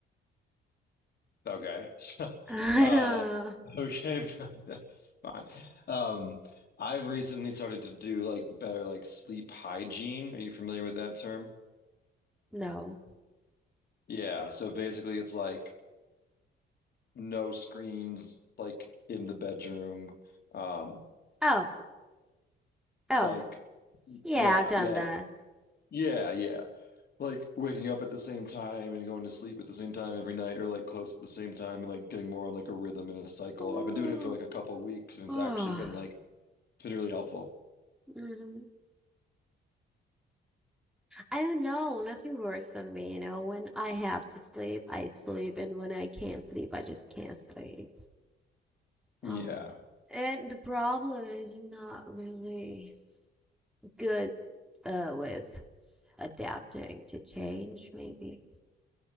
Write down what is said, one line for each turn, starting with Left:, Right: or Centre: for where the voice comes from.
Left: Okay. <laughs> So,
Centre: <laughs> I
Left: uh,
Centre: don't
Left: okay, <laughs> that's fine. Um, I've recently started to do like better like sleep hygiene. Are you familiar with that term?
Centre: know.
Left: Yeah, so basically it's like no screens like in the bedroom. Um,
Centre: Oh, oh.
Left: like
Centre: Yeah,
Left: yeah,
Centre: I've done
Left: yeah.
Centre: that.
Left: Yeah, yeah. Like waking up at the same time and going to sleep at the same time every night or like close to the same time and like getting more on like a rhythm and a cycle.
Centre: <sighs> Oh,
Left: I've been doing it for like a couple weeks and it's
Centre: oh.
Left: actually been like it's been really helpful.
Centre: Mhm. I don't know. Nothing works on me, you know. When I have to sleep, I sleep, and when I can't sleep, I just can't sleep.
Left: Yeah,
Centre: Um, and the problem is I'm not really good uh with adapting to change, maybe.